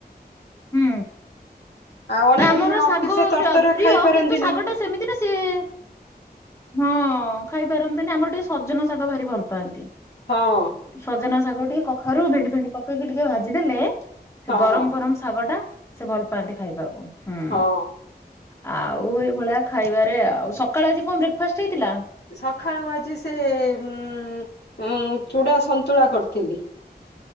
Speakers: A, on the left; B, on the left.
A: ହୁଁ
B: ଆଉ ଅନ୍ୟ
A: ଆମର
B: ଦିନେ
A: ଶାଗ
B: ଅଫିସ ରେ ତରତର
A: ପ୍ରିୟ
B: ଖାଇ ପାରନ୍ତିନି
A: କିନ୍ତୁ ଶାଗଟା ସେମିତିରେ ସିଏ ହଁ ଖାଇପାରନ୍ତିନି ଆମର ଟିକେ ସଜନ ଶାଗ ଭାରି ଭଲ ପାଆନ୍ତି
B: ହଁ
A: ସଜନା ଶାଗ ଟିକେ କଖାରୁ ଭେଣ୍ଡି ଫେଣ୍ ପକେଇକି ଟିକେ ଭାଜି ଦେେଲେ ସେ
B: ହଁ
A: ଗରମ
B: ହଁ।
A: ଗରମ ଶାଗ ଟା ସେ ଭଲ ପାଆନ୍ତି ଖାଇବାକୁ ହୁଁ
B: ହଁ
A: ଆଉ ଏଇଭଳିଆ ଖାଇବାରେ ଆଉ ସକାଳେ ଆଜି କଣ ବ୍ରେକ୍ଫାଷ୍ଟ ହେଇଥିଲା
B: ସକାଳୁ ଆଜି ସେ ଉ ଚୂଡ଼ା ସନ୍ତୁଳା କରିଥିଲି